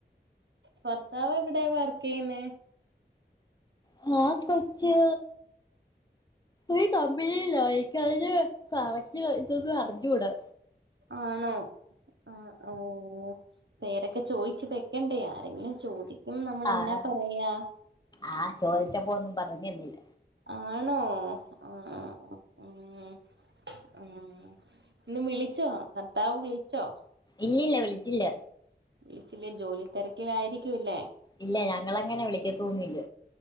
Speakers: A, on the right (about 75°); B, on the left (about 20°).
A: ഭർത്താവെവിടെയാ വർക്കെയ്യന്നെ
B: ഹാ കൊച്ച് ഈകമ്പനീലഇക്ക് അയില് കറക്റ്റ് ഇതൊന്ന് അറിഞ്ഞുടാ
A: ആണോ ആഹ് ഓഹ്പേരൊക്കെചോയിച് പെക്കണ്ടേആരെങ്കിലുംചോദി ക്കും നമ്മളെന്നാ
B: ആഹ്
A: പറയാ
B: ആഹ് ചോയിച്ചപ്പോന്നും പറഞ്ഞിന്നില.
A: ആണോ ആഹ് ഉം ഉം ഇന്ന് വിളിച്ചോ ഭർത്താവ് വിളിച്ചോ
B: ഇല്ലില്ല വിളിച്ചില്ല
A: വളിചില്ലേ ജോലി തെരക്കിലായിരിക്കുംല്ലേ
B: ഇല്ല ഞങ്ങളങ്ങനെ വിളിക്കാതൊന്നില്ല